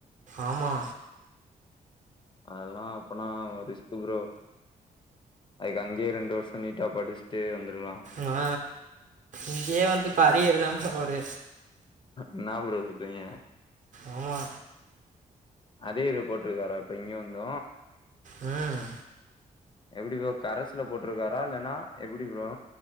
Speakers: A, on the right (about 55°); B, on the left (about 30°).
A: ஆமா
B: அதெல்லா அப்பனா ரிஸ்க்கு ப்ரோ அதுக்கு அங்கையே ரெண்டு வர்ஷோ நீட்டா படிச்சிட்டு வந்திருக்லா
A: மா இங்கையே வந்து இப்ப அரியர்தா ப்ரோ அவரு
B: என்னா ப்ரோ சொல்றீங்க
A: ஆமா
B: அதே இது போட்டிருக்காரா இப்ப இங்க வந்து
A: ம்
B: எப்படி ப்ரோ கரசுல போட்டிருக்காரா இல்லைன்னா எப்படி ப்ரோ